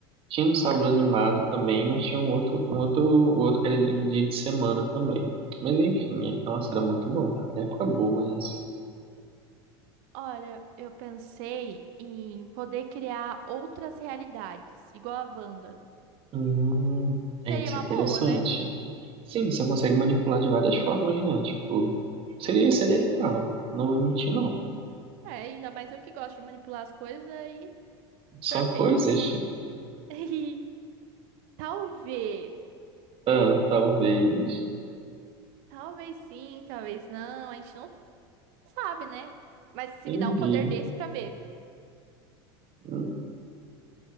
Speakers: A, on the right; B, on the right.
A: Tinha no Sábado Animado também, mas tinha um outro, um outro, o outro que era em dia de semana também. Mas enfim, é, nossa, era muito bom, cara. Época boa essa.
B: Olha, eu pensei em poder criar outras realidades, igual a Wanda.
A: Hum,
B: Seria
A: é, isso
B: uma
A: é interessante.
B: boa, né?
A: Sim, você consegue manipular de várias formas, né? Tipo, seria, seria legal. Não vou mentir, não.
B: É, ainda mais eu que gosto de manipular as coisas aí.
A: São
B: Perfeito.
A: coisas.
B: <laughs> E Talvez.
A: Ah, talvez.
B: Talvez sim, talvez não. A gente não sabe, né? Mas se
A: Entendi.
B: me dá um poder desse pra ver.
A: Hum,